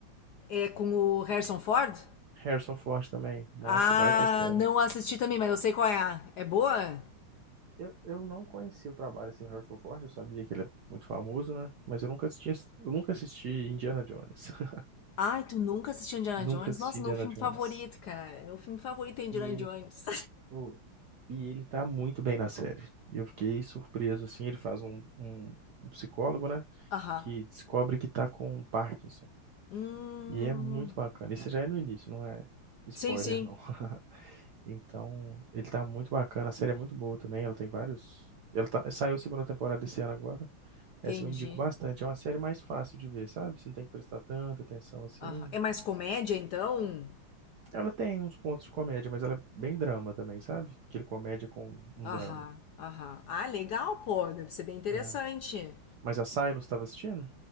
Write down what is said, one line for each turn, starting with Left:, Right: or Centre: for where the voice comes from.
Left: É com o Harrison Ford?
Right: Harrison Ford também. Nossa,
Left: Ah,
Right: baita série.
Left: não assisti também, mas eu sei qual é. É boa?
Right: Eu, eu não conheci o trabalho assim, do Harrison Ford, eu sabia que ele é muito famoso, né? Mas eu nunca assisti, eu nunca assisti Indiana Jones. <laughs>
Left: Ai, tu nunca assistiu Indiana
Right: nunca
Left: Jones?
Right: assisti
Left: Nossa,
Right: Indiana
Left: meu filme
Right: Jones.
Left: favorito, cara. Meu filme favorito é Indiana
Right: E ele,
Left: Jones.
Right: oh, E ele tá muito bem na série. E Eu fiquei surpreso, assim, ele faz um, um- um psicólogo, né,
Left: <laughs> Aham.
Right: que descobre que tá com Parkinson.
Left: Hum.
Right: E é muito bacana. Isso já é no início, não é spoiler,
Left: Sim, sim.
Right: não. <laughs> Então, ele tá muito bacana. A série é muito boa também, ela tem vários... Ela tá- saiu a segunda temporada esse ano agora.
Left: Entendi.
Right: Essa eu indico bastante. É uma série mais fácil de ver, sabe? Você não tem que prestar tanta atenção assim.
Left: Aham. É mais comédia, então?
Right: Ela tem uns pontos de comédia, mas ela é bem drama também, sabe? Aquele comédia com um
Left: Aham,
Right: drama.
Left: aham. Ah, legal, pô. Deve ser bem interessante.
Right: né? Mas a Silos estava assistindo?